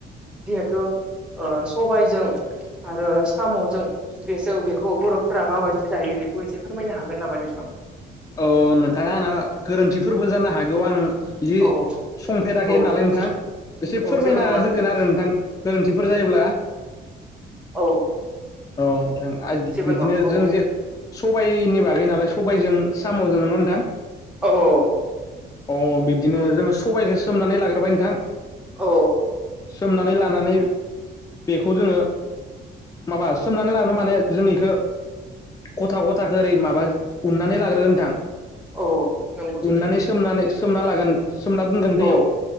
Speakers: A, in the centre; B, on the left.
A: जिहेथु सबायजों आरो सामजों बेसौ बेखौ बर फोरा मााबायदि जायो बेखौ एसे फोरमायनो हागोन नामा नोंथां?
B: औ नोंथा आंना गोरोन्थिफोरबो जानो हागौ आं। बिदि
A: औ औ
B: संफेराखै
A: औ
B: नालाय नोंथां एसे
A: औ
B: फोरमायना
A: जेबो नङा नोंथां
B: होगोन आरो नोंथां गोरोन्थिफोर जायोब्ला।
A: औ
B: औ नोंथां <unintelligible>
A: जेबो
B: बिदिनो
A: नङा औ
B: जों जे सबायनि बागै नालाय सबायजों। साम जों‌ न नोंथां।
A: औ औ
B: अ बिब्दिनो जोङो सबायाइखौ सोमनानै लाग्रोबाय नोंथां।
A: औ
B: सोमनानै लानानै। बेखौ जोङो माबा सोमनानै लानो माने जों एखौ। खथा खथाखौ ओरै माबा उननानै लाग ग्रो नोंथां
A: औ औ नंगौ सैथो
B: उननानै सोमनानै सोमना लागोन। सोमना दोनगोन दैयाव
A: औ